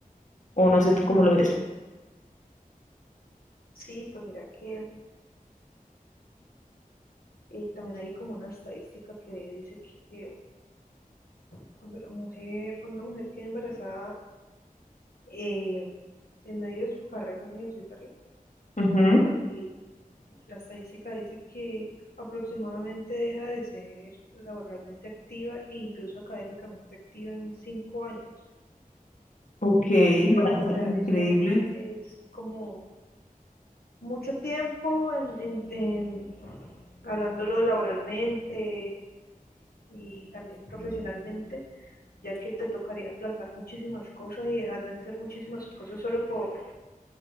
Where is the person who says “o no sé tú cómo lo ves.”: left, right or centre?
Left